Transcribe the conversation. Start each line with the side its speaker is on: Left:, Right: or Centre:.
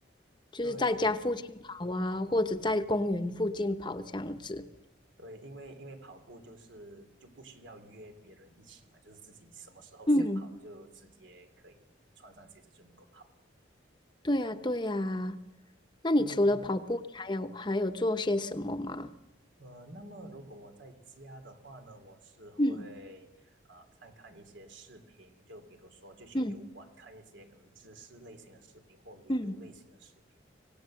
Left: 就是在家附近跑啊，
Right: 对，
Left: 或者在公园附近跑这样子。
Right: 对，因为因为跑步就是就不需要约别人一起嘛，就是自己什么时候想跑就直接可以穿上鞋子就能够跑了。
Left: 嗯。对呀，对呀。那你除了跑步，
Right: 嗯
Left: 你还有还有做些什么吗？
Right: 呃，那么如果我在家的话呢，我是会啊、
Left: 嗯
Right: 呃看看一些视频，就比如说就去油管看一些可能知识类型的视频或旅游类型的视频。
Left: 嗯嗯，